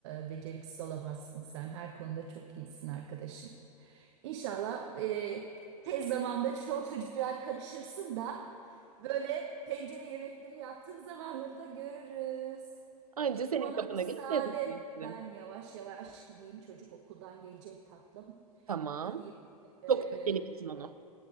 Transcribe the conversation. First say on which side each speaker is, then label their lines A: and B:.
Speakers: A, on the right; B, on the right.
A: e, beceriksiz olamazsın sen. Her konuda çok iyisin arkadaşım. İnşallah e, tez zamanda çoluk çocuğa karışırsın da böyle tencere yemekleri yaptığın zamanları da görürüz.
B: Anca
A: Şimdi
B: senin
A: bana
B: kapına
A: müsaade
B: gelip lezzetini istedim.
A: ben yavaş yavaş gideyim çocuk okuldan gelecek tatlım.
B: Tamam.
A: Gideyim e,
B: Çok öp benim için onu.